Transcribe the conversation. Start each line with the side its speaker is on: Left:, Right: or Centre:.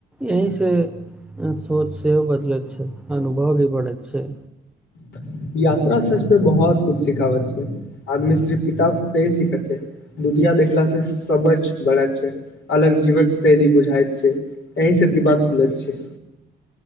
Centre: यहीसँ सोच सेहो बदलै छै अनुभव भी बढ़ै छै
Left: तऽ यात्रा सच पे बहुत कुछ सिखाबै छै आदमी सिर्फ किताब त ही सीखै छै दुनिया देखला से सबझ बढ़त छै अलग जीवन शैली बुझाइत छै अी से दिवाग को लस छै